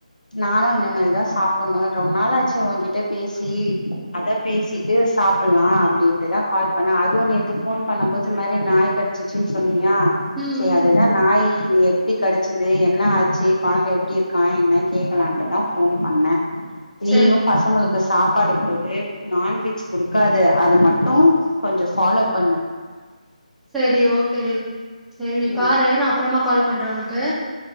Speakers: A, on the left (about 80°); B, in the centre.
A: நானு இனிமேல் தா சாப்புன்னோ ரொம் நாளாச்சா உன்கிட்ட பேசி அதா பேசிட்டு சாப்புலா அப்டின்ட்டு தா கால் பண்ண அதுவும் நேத்து ஃபோன் பண்ணும்போது இந் மாரி நாய்க்கடி ச்சிச்சுன் சொன்னீயா
B: ம்
A: செர்
B: ம்
A: அதுதா நாய் எப்டி கடிச்சுது என்ன ஆச்சு கொழந்த எப்டி இருக்கா என்னன் கேக்கலான்ட்டு தா ஃபோன் பண்ண நீயும்
B: சேரி
A: பசங்களுக் கு சாப்பாடு குடு நான்வெஜ் குடுக்காது அது மட்டும் கொஞ்சம் ஃபாலோ பண்ணு
B: செரி ஓகே டி செரி நீ பாரு
A: ம்
B: நா அப்றமா கால் பண்ற உனக்கு